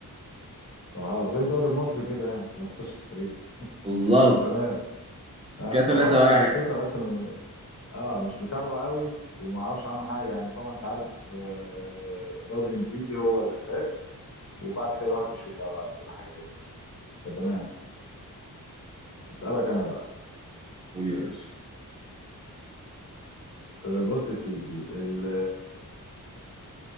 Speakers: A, on the left; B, on the right.
A: اه زي الدوري المصري كده يعني 18 فريق
B: بالظبط
A: تمام اه
B: كده 3
A: هو انا
B: 1
A: أنا الفكره بس اه مش متابعه قوي ومعرفش عنه حاجه يعني طبعا انت عارف آه، الدوري الانجليزي هو الاساس وبعد كده الواحد بيشوف بقى بعد كده حاجه تانية يعني فتمام اسالك انا بقى
B: قول يا باشا
A: آه، بص يا سيدي ال